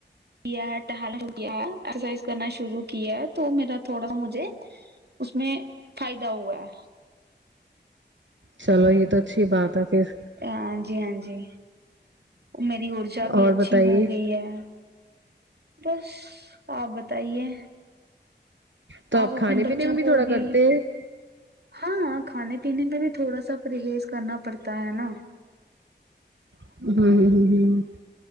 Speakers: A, on the right; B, on the right.
A: کیا ہے ٹہلا شروع کیا ہے ایکسرسائز کرنا شروع کیا ہے تو میرا تھوڑا س مجھے اس میں فائدہ ہوا ہے
B: چلو یہ تو اچھی بات ہے پھر
A: ہاں جی ہاں جی میری ارجا بھی
B: اور
A: اچھی
B: بتائیے
A: ہو گئی ہے بس آپ بتائیے
B: تو
A: آپ
B: کھانے
A: اپنے بچوں
B: پینے میں
A: کو
B: تھوڑا
A: بھی
B: کرتے ہیں
A: ہاں ہاں کھانے پینے میں بھی تھوڑا سا پرہیز کرنا پڑتا ہے نا
B: ہا ہا ہا ہا